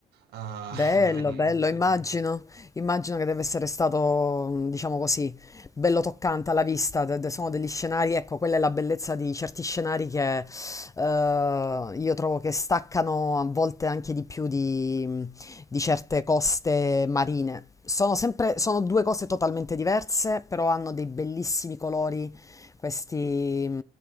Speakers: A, on the right; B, on the left.
A: Eh,
B: Bello,
A: <laughs> carino.
B: bello, immagino, immagino che deve essere stato, diciamo così, bello toccante alla vista, de- de- sono degli scenari, ecco, quella è la bellezza di certi scenari che eh, io trovo che staccano a volte anche di più di, di certe coste marine. Sono sempre, sono due cose totalmente diverse, però hanno dei bellissimi colori, questi,